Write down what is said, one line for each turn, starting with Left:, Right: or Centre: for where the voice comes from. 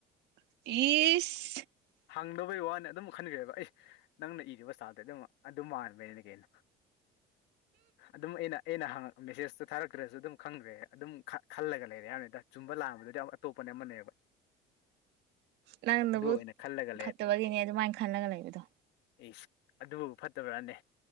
Right: ꯏꯁ
Left: ꯍꯪꯗꯕꯩ ꯋꯥꯅꯦ ꯑꯗꯨꯝ ꯈꯟꯈ꯭ꯔꯦꯕ ꯑꯦ ꯅꯪꯅ ꯏꯔꯤꯕ ꯏꯁꯇꯜꯗꯨ꯫ ꯑꯗꯨꯝ ꯑꯗꯨ ꯃꯥꯟꯕꯩꯅꯤ ꯀꯩꯅꯣ ꯑꯗꯨꯝ ꯑꯩꯅ ꯑꯩꯅ ꯃꯦꯁꯦꯁꯇꯨ ꯊꯥꯔꯛꯇ꯭ꯔꯁꯨ ꯑꯗꯨꯝ ꯈꯪꯗ꯭ꯔꯦ ꯑꯗꯨꯝ ꯈꯜꯂꯒꯥ ꯂꯩꯔꯦ ꯍꯥꯏꯕꯅꯤꯗ ꯆꯨꯝꯕ ꯂꯥꯟꯕꯗꯨꯗꯤ ꯑꯇꯣꯞꯄ ꯑꯃꯥꯅꯦꯕ
Right: ꯅꯪ ꯅꯕꯨꯛ
Left: ꯑꯣꯏꯅ ꯈꯜꯂꯒ
Right: ꯐꯠꯇꯕꯒꯤꯅꯦ ꯑꯗꯨꯃꯥꯏꯅ ꯈꯜꯂꯒ ꯂꯩꯔꯤꯗꯣ
Left: ꯏꯁ ꯑꯗꯨꯕꯨ ꯐꯠꯇꯕ꯭ꯔꯥꯅꯦ